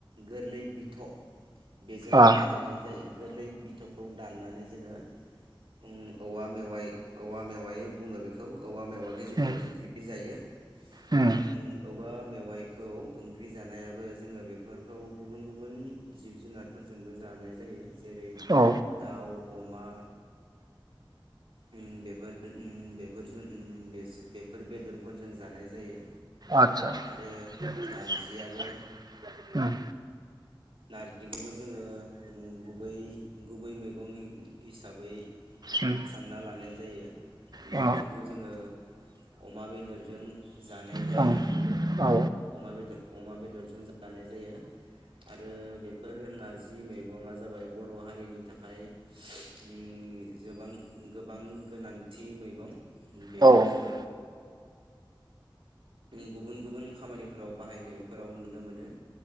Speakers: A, on the right; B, on the right.
A: गोरलै बिथ' बेजों
B: आ
A: बानायनाय जायो गोरलै बिथ' खौ दाननानै जोङो उम औवा मेवाइ औवा मेवाय बुङो बेखौ औवा मेवा जोङो
B: उम
A: ओंख्रि जायो।
B: उम
A: ओं औवा मेवाइखौ ओंख्रि जानायाबो जोङो बेफोरखौ गुबुन गुबुन जिब जुनारफोरजोंबो जानाय जायो जेरै
B: औ
A: दाउ अमा उम बेफोरदो उम बेफोरजों उम बेस-बेफोर बेदरफोरजों जानाय जायो।
B: आच्छा
A: आरो
B: उम
A: नारजियाबो नारजिखौबो जोङो गुबै गुबै मैगं हिसाबै
B: उम
A: सानना लानाय जायो
B: अ
A: नारजिखौ जोङो अमा बेदरजों जानाय जायो
B: ओं औ
A: अमा बेदर अमा बेदरजों जानाय जायो आरो बेफोर नारजि मैगङा जाबाय बर' हारिनि थाखाय ओम गोबां गोबां गोनांथि मैगं बेखौ
B: औ औ
A: जोङो गुबुन गुबुन खामानिफोराव बाहायनायफोराव नुनो मोनो